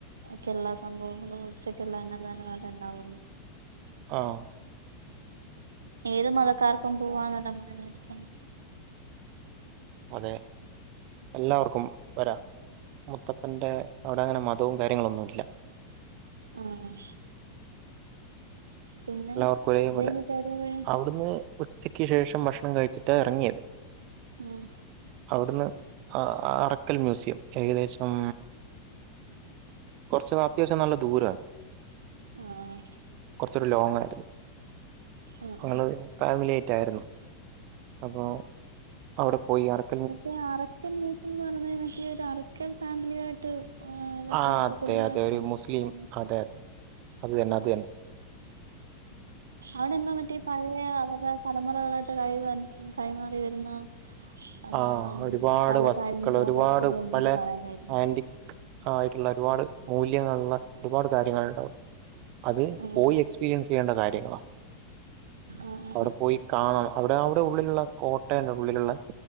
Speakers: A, on the right; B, on the right.
A: അക്കെല്ലാ സംഭവങ്ങളും ഉച്ചക്കില്ല അന്നദാനവ അവ്ടെ ഇൺടാവു
B: ആഹ്
A: ഏത് മതക്കാർക്കും പോവാന്നല്ലെ പറഞ്ഞ്
B: അതെ എല്ലാവർക്കും വരാ മുത്തപ്പന്റെ അവിടെ അങ്ങനെ മതവും കാര്യങ്ങളൊന്നുല്ല
A: ആഹ് പിന്നെ
B: എല്ലാവർക്കും ഒരേപോലെ
A: അത് കഴിഞ്ഞിട്ട് എവിടെയാ പോയെ
B: അവിട്ന്ന് ഉച്ചക്ക് ശേഷം ഭക്ഷണം കഴിച്ചിട്ട എറങ്ങിയത്
A: ആഹ്
B: അവിടുന്ന് അറക്കൽ മ്യൂസിയം. ഏകദേശം കുറച്ച അത്യാവശ്യം നല്ല ദൂരം
A: ആഹ്
B: കുറച്ചൊരു ലോങ് ആയിരുന്നു.
A: ആഹ്
B: ഞങൾ
A: ആഹ്
B: ഫാമിലി ആയിട്ടായിരുന്നു. അപ്പോൾ അവിടെ പോയി ഇറക്ക
A: മറ്റേ അറക്കൽ മ്യൂസിയം എന്ന് പറയുന്നത് മറ്റേ ഒരു അറക്കൽ ഫാമിലിയായിട്ട്. ആ് മറ്റേ
B: ആ
A: എന്തോ
B: അതെ
A: കുടുംബമായിട്ട്
B: അതെ ഒരു
A: ബന്ധപ്പെട്ട
B: മുസ്ലിം അതെ അതെ അത് തന്നെ
A: ആ
B: അത് തന്നെ.
A: അവിടെ എന്താ മറ്റേ പഴയ അവരുടെ തലമുറകളായിട്ട് കൈ കൈമാറി വരുന്ന. എന്നാ
B: ആ ഒരുപാട്
A: പല
B: വസ്തുക്കൾ
A: കാര്യങ്ങളും
B: ഒരുപാട്
A: അവിടെ എപ്പോഴും ഉണ്ടെന്ന്
B: പല
A: പറയുന്ന കേട്ടിട്ടുണ്ട്
B: ആൻഡക് ആ ആയിട്ടുള്ള ഒരുപാട് മൂല്യങ്ങളുള്ള ഒരുപാട് കാര്യങ്ങളൾ ഉണ്ടും. അത്
A: ആഹ്
B: പോയി എക്സ്പീരിയൻസ് ചെയ്യേണ്ട കാര്യങ്ങളാ
A: ആഹ് ആഹ്
B: അവിടെ പോയി. കാണണം അവിടെ അവിടെ ഉള്ളിലുള്ള കോട്ടയന്റെ ഉള്ളിലുള്ള.